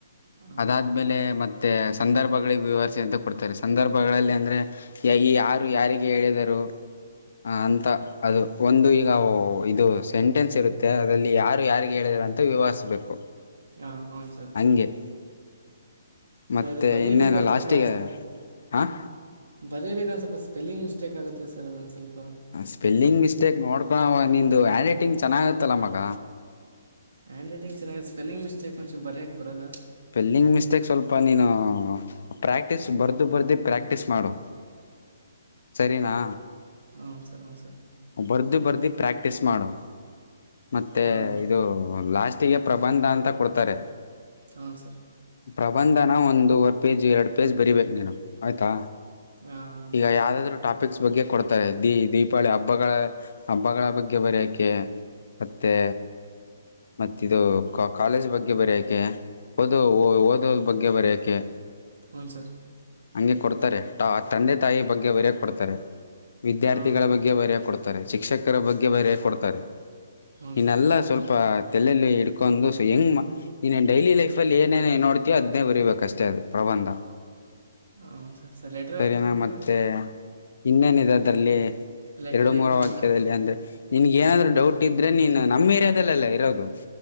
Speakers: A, on the right; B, on the left.
A: ಹಾಂ
B: ಅದಾದ್ ಆದ್ಮೇಲೆ ಮತ್ತೆ ಸಂದರ್ಭಗಳಿಗೆ ವಿವರಿಸೆ ಅಂತ ಕೊಡ್ತಾರೆ ಸಂದರ್ಭಗಳಲ್ಲಿ ಅಂದ್ರೆ ಈ ಯಾರು ಯಾರ ಯಾರಿಗೆ ಹೇಳಿದರು ಹ ಅಂತ ಅದು ಒಂದು ಈಗ ಇದು ಸೆಂಟೆನ್ಸ್ ಇರುತ್ತೆ ಅಲ್ಲಿ ಯಾರು ಯಾರಿಗೆ ಹೇಳಿ ಅಂತ ವಿವರಿಸ್ಬೇಕು
A: ಹಾ ಹೌ ಸರ್
B: ಹಂಗೆ ಮತ್ತೆ
A: ಸರಿ ಬರಿಬೇಕ
B: ಇನ್ನೇನು ಲಾಸ್ಟಿಗೆ
A: ಸ್ವಲ್ಪ
B: ಹಾಂ
A: ಬರಿಬೇಕ ಸ್ವಲ್ಪ ಸ್ಪೆಲ್ಲಿಂಗ್ ಮಿಸ್ಟೇಕ್ ಆಗುತ್ತೆ ಸರ್ ಸ್ವಲ್ಪ
B: ಸ್ಪೆಲ್ಲಿಂಗ್
A: ಏನಾರು ಹೇಳಿದ್ರೆ
B: ಮಿಸ್ಟೇಕ್ ನೋಡ್ಕೊಳ್ಳನ ನಿಂದು ಹ್ಯಾಂಡ್ ರೈಟಿಂಗ್ ಚೆನ್ನಾಗತ್ತಲ್ಲ ಮಗ
A: ಹ್ಯಾಂಡ್ ರೈಟಿಂಗ್ ಚೆನ್ನಾಗಿದೆ ಸ್ಪೆಲಿಂಗ್ ಮಿಸ್ಟೇಕ್ ಒಂಚೂರ್ ಬರಿಯಕ್ಕೆ ಬರಲ್ಲ
B: ಸ್ಪೆಲ್ಲಿಂಗ್ ಮಿಸ್ಟೇಕ್ ಸ್ವಲ್ಪ ನೀನು ಪ್ರಾಕ್ಟೀಸ್ ಬರ್ದು ಬರ್ದು ಪ್ರಾಕ್ಟೀಸ್ ಮಾಡು
A: <inaudible>
B: ಸರಿನಾ
A: ಹೂ ಸರ್ ಹೂ ಸರ್
B: ಬರ್ದು ಬರ್ದು ಪ್ರ್ಯಾಕ್ಟೀಸ್ ಮಾಡು ಮತ್ತೆ
A: ಹ್ಞೂ
B: ಇದು ಲಾಸ್ಟಿಗೆ ಪ್ರಬಂಧ ಅಂತ ಕೊಡ್ತಾರೆ
A: ಹಾಂ ಸರ್
B: ಪ್ರಬಂಧನ ಒಂದವರೆ ಪೇಜ್ ಎರಡು ಪೇಜ್ ಬರೀಬೇಕು ನೀನು ಆಯಿತಾ
A: ಹಾಂ
B: ಈಗ
A: ಹ್ಞೂ
B: ಯಾವುದಾದರೂ
A: ಸರ್
B: ಟಾಪಿಕ್ಸ್ ಬಗ್ಗೆ ಕೊಡ್ತಾರೆ ದೀ ದೀಪಾವಳಿ ಹಬ್ಬ ಹಬ್ಬಗಳ ಹಬ್ಬಗಳ ಬಗ್ಗೆ ಬರೆಯೋಕೆ ಮತ್ತೆ ಮತ್ತೆ ಇದು ಕಾಲೇಜ್ ಬಗ್ಗೆ ಬರಿಯಕೆ ಓದೋಓ ಓದೋದ್ ಬಗ್ಗೆ ಬರಿಯಕೆ
A: ಹ್ಮ್ಮ್ ಸರ್
B: ಹಂಗೆ ಕೊಡ್ತಾರೆ ತಂದೆ ತಾಯಿ ಬಗ್ಗೆ ಬರಿಯಕೆ ಕೊಡ್ತಾರೆ ವಿದ್ಯಾರ್ಥಿಗಳ
A: ಹಾಂ
B: ಬಗ್ಗೆ ಬರ್ಯಕ್ ಡ್ರೆ ಶಿಕ್ಷಕರ ಬಗ್ಗೆ ಬರೇಕ ಕೊಡ್ತಾರೆ
A: ಹ್ಞೂ
B: ಇನ್ನೆಲ್ಲ
A: ಸರ್ ಹ್ಞೂ
B: ಸ್ವಲ್ಪ ತಲೆ ಅಲ್ಲಿ ಇಡ್ಕೊಂಡು ದು ಹೆಂಗ ನೀನ್ನ ಡೈಲಿ ಲೈಫ್ ಅಲ್ಲಿ ಏನೇ ನೋಡ್ತೀಯೋ ಅದನ್ನೇ ಬರೀಬೇಕ ಅಷ್ಟೇ ಅದು ಪ್ರಬಂಧ
A: ಹ್ಞೂ ಸರ್ ಸರ್ ಲೆಟರ್
B: ಸರಿನಾ
A: ರೈಟಿಂಗ್
B: ಮತ್ತೆ ಇನ್ನೇನಿದೆ ಅದ್ರಲ್ಲಿ
A: ಲೆಟರ್
B: ಎರಡು
A: ರೈಟಿಂಗ್
B: ಮೂರ ವಾಕ್ಯದಲ್ಲಿ ಅಂದ್ರೆ ನಿನ್ಗ ಏನಾದ್ರು ಡೌಟ್ ಇದ್ರೆ ನೀನು ನಮ್ಮ ಏರಿಯಾದಲ್ಲೆಲ್ಲ ಇರೋದು